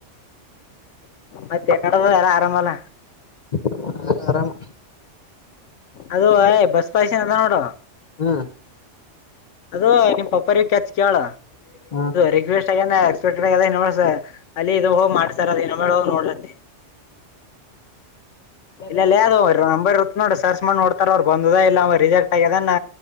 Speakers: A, on the left; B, on the left.
A: ಮತ್ತ ತೆನ್ನಡದ ಎಲ್ಲ ಆರಾಮ ಅಲ್ಲ
B: ಎಲ್ಲ ಆರಾಮ
A: ಅದು ಯ್ ಬಸ್ ಪಾಯಸೆನ ಅದ ನೋಡ
B: ಹ್ಮ್
A: ಅದು ನಿಮ್ ಪಪ್ಪ ಕಚ್ ಕೇಳ
B: ಹ್ಮ
A: ರಿಕ್ವೆಸ್ಟ್ ಆಗ ಎಕ್ಪೆಕ್ಟೆಡ್ ಆಗದಸ ಅಲ್ಲಿ ಇದು ಹೋಗಿ ಮಾಡ್ತಾರದು ಇನ್ನೊ ಮೇಳ ಹೋಗಿ ನೋಡ್ರತ್ತೆ
B: ಹ
A: ಇಲ್ಲ ಇಲ್ಲ ಅ್ ಅವ ನಂಬರ್ ಇರುತ್ತ ನೋಡಿ ಸರ್ಚ್ ಮಾಡ ನೋಡ್ತಾರ ಅವ್ ಬಂದದ ಇಲ್ಲ ರಿಜೆಕ್ಟ್ ಆಗ್ಯದ